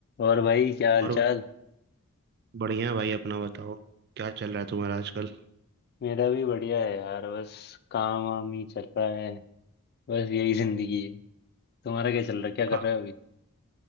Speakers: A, on the left; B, on the right.
A: और भाई क्या हाल
B: और भाई,
A: चाल
B: बढ़िया भाई अपना बताओ क्या चल रहा है तुम्हारा आजकल
A: मेरा भी बढ़िया है यार बस काम वाम ही चल रहा है बस यही जिंदगी है तुम्हारा क्या चल रहा है क्या कर
B: काम
A: रहे हो अभी